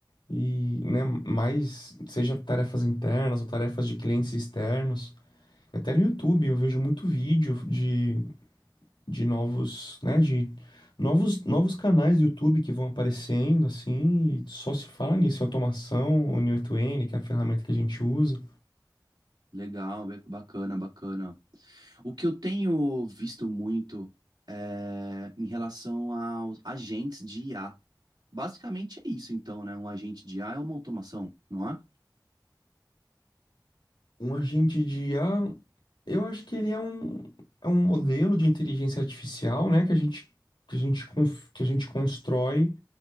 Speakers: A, on the left; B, on the right.
A: e, né, mais seja tarefas internas ou tarefas de clientes externos. Até no YouTube eu vejo muito vídeo de, de novos, né, de novos, novos canais do YouTube que vão aparecendo assim, e só se fala nisso, automação, o Neo2n, que é a ferramenta que a gente usa.
B: Legal, be- bacana, bacana. O que eu tenho visto muito é em relação aos agentes de IA. Basicamente é isso, então, né? Um agente de IA é uma automação, não é?
A: Um agente de IA, eu acho que ele é um, é um modelo de inteligência artificial, né, que a gente que a gente, conf- que a gente constrói